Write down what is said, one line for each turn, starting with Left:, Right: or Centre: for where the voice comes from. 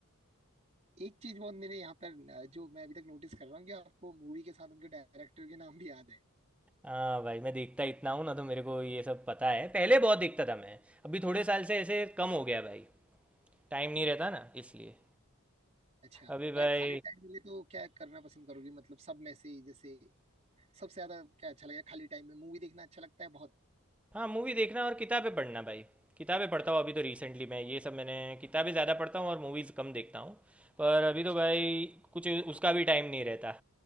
Right: एक चीज बहुत मेरे यहाँ पर न- जो मैं अभी तक नोटिस कर रहा हूँ कि आपको मूवी के साथ उनके डायरेक्टर के नाम भी याद है
Centre: हाँ भाई मैं देखता इतना हूँ ना तो मेरे को ये सब पता है पहले बहुत देखता था मैं अभी थोड़े साल से ऐसे कम हो गया भाई टाइम नहीं रहता ना इसलिए
Right: अच्छा अगर
Centre: अभी भाई
Right: खाली टाइम मिले तो क्या करना पसंद करोगे मतलब सब में से जैसे सबसे ज्यादा क्या अच्छा लगेगा खाली टाइम में मूवी देखना अच्छा लगता है बहुत
Centre: हाँ मूवी देखना और किताबें पढ़ना भाई किताबें पढ़ता
Right: अच्छा
Centre: हूँ अभी तो रिसेंटली मैं ये सब मैंने किताबें ज़्यादा पढ़ता हूँ और मूवीज़ कम देखता हूँ पर अभी
Right: अच्छा
Centre: तो भाई कुछ उसका भी टाइम नहीं रहता